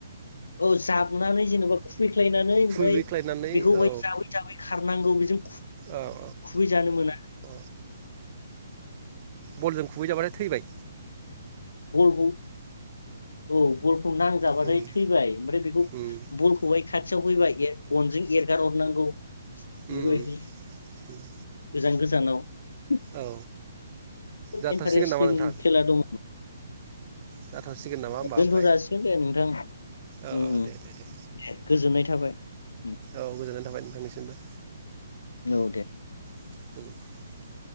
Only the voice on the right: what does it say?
खुबैख्लायनानै
औ
औ औ
औ बलजों खुबैजाबाथाय थैबाय।
उम
उम
उम उम
औ जाथारसिगोन
नामा नोंथां
जाथारसिगोन नामा होमबा
ओमफ्राय
औ
औ
दे दे दे
औ गोजोननाय थाबाय नोंथांनिसिमबो
<unintelligible>